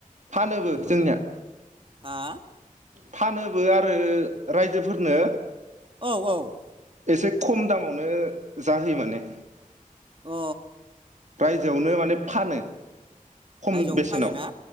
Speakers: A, on the right; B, on the right.
A: फानोबो
B: नंगौ
A: जोंनिया
B: हा
A: फानोबो आरो रायजोफोरनो
B: औ औ
A: एसे खम दामावनो जाहोयो माने
B: अ
A: रायजोआवनो माने फानो खम
B: रायजोआवबो
A: बेसेनाव
B: फानो ना